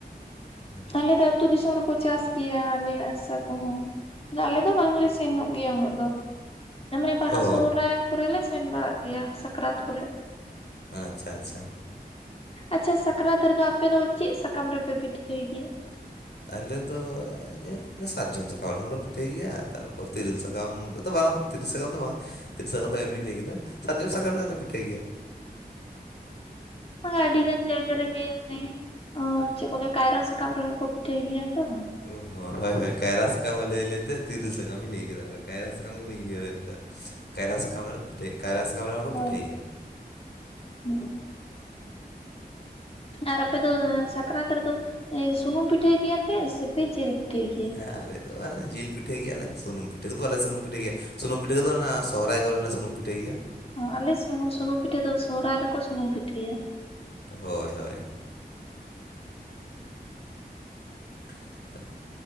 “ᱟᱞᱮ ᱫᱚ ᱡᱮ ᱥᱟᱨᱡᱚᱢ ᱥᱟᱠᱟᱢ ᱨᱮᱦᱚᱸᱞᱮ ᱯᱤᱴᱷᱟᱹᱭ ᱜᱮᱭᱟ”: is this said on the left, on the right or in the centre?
Left